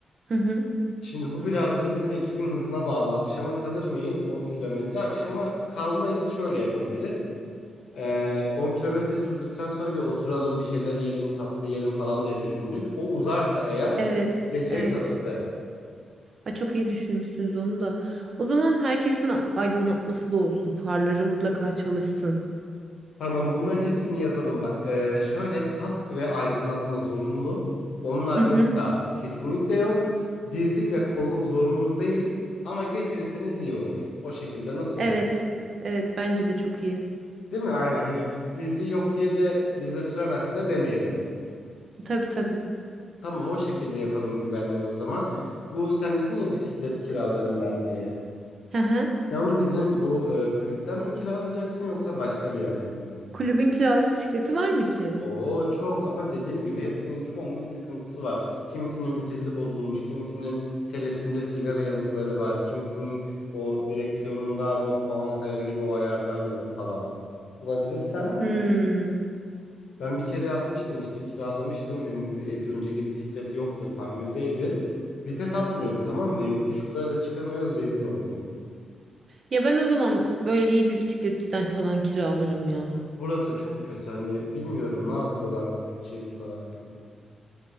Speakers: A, on the right; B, on the left.
A: Hı hı.
B: Şimdi bu biraz da bizim ekibin hızına bağlı. Akşama kalır mıyız 10 kilometre? Akşama kalmayız. Şöyle yapabiliriz. E, 10 kilometre sürdükten sonra bir oturalım, bir şeyler yiyelim, tatlı yiyelim falan diye düşündük. O uzarsa eğer
A: Evet,
B: geceye
A: evet.
B: kalırız evet.
A: Ay, çok iyi düşünmüşsünüz onu da. O zaman herkesin a- aydınlatması da olsun. Farları mutlaka çalışsın.
B: Tamam bunların hepsini yazalım bak. Ee, şöyle kask ve aydınlatma zorunlu. Onlar
A: Hı hı.
B: yoksa kesinlikle yok. Dizlik ve kolluk zorunlu değil ama getirirseniz iyi olur. O şekilde nasıl
A: Evet,
B: olur?
A: evet. Bence de çok iyi.
B: Değil mi? Aynen hani dizliği yok diye de biz de süremezsin de demeyelim.
A: Tabii tabii.
B: Tamam o şekilde yapalım güvenliği o zaman. Bu sen dedin ya bisiklet kiralarım ben diye.
A: Hı hı.
B: Ya onu bizim bu e, kulüpten mi kiralayacaksın yoksa başka bir yerden mi?
A: Kulübün kiralık bisikleti var mı ki?
B: Oo çok ama dediğim gibi hepsinin çoğunun bir sıkıntısı var. Kimisinin vitesi bozulmuş, kimisinin selesinde sigara yanıkları var, kimisinin o direksiyonunda rot balans ayarı gibi o ayardan yok falan. Bulabilirsen
A: Hmm.
B: ben bir kere yapmıştım işte kiralamıştım. Benim bu bi- önceki bisiklet yoktu, tamirdeydi. Vites atmıyordu tamam mı? Yokuş yukarıda çıkamıyoruz, rezil oldum.
A: Ya ben o zaman böyle iyi bir bisikletçiden falan kiralarım ya.
B: Burası çok kötü hani bilmiyorum ne yapıyorlar bu bütçeyi bu kadar parayı.